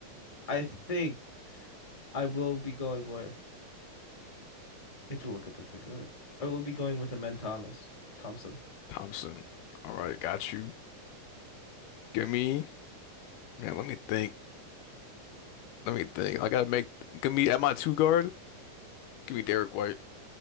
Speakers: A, on the left; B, on the left.
A: I think I will be going with. I need to look up if they got it. I will be going with Amen Thomas Thompson.
B: Thompson. All right, got you. Give me, man, let me think. Let me think. I gotta make, give me at my two guard, give me Derek White.